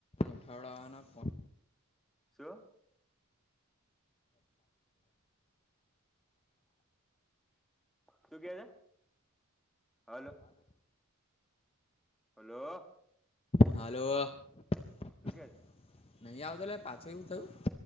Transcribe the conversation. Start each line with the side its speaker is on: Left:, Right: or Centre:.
Left: ઉઠાવડાવાના ફોન.
Centre: શું?
Left: <inaudible>
Centre: શું કે છે? હલો!
Left: હાલ <inaudible>
Centre: હલો!
Left: હાલો! <unintelligible>
Centre: શું કે છ?
Left: નહીં આવતો લ્યા. પાછું એવું થયું?